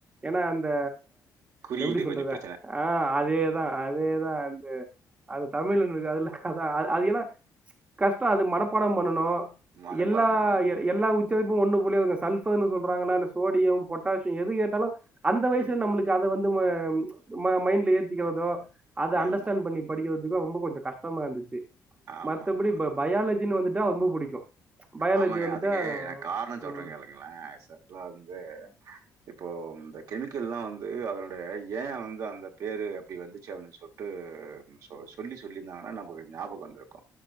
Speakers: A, on the right; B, on the right.
A: ஏன்னா அந்த
B: குறியீடு
A: எப்டி சொல்றத
B: கொஞ்சம் பிரச்சனை.
A: அ அதேதா அதேதா அந்த அது தமிழ்னு இருக்காதுல்ல கதா அது ஏன்னா கஷ்டோ அது மனப்பாட பண்ணனு
B: மனப்பாடம்
A: எல்லா
B: பண்ணணும்.
A: எ எல்லா உச் <unintelligible> ஒன்னு புலியாதுங்க சல்பர்னு சொல்றாங்களா அதுல சோடியம் பொட்டாஷி எது கேட்டாலு அந்த வய்சுல
B: ம்.
A: நம்ளுக்கு அத வந்து ம ம மைண்ட்ல ஏத்திக்கிறதோ அத அண்டர்ஸ்டாண்ட்
B: ஆமா,
A: பண்ணி படிக்கிறதுக்கு ரொம்ப கொஞ்ச கஷ்ட்டமா இருந்துச்சு
B: ஆமாமா.
A: மத்தபடி ப பயாலஜின்னு வந்துட்டா ரொம்ப புடிக்கு பயாலஜி
B: ஆமாங்க
A: வந்துட்டா
B: அதுக்கு நா கார்ணோ சொல்ற
A: ம்.
B: கேளுங்ளே அ சரிலா வந்து இப்போ இந்த கெமிக்கல்லா வந்து அதனுடைய ஏ வந்து அந்த பேரு அப்டி வந்துச்சு அப்டின் சொல் டு சொ சொல்லி சொல்லிர்ந்தாங்கனா நம்மளுக் ஞாபகம் வந்துருக்கோ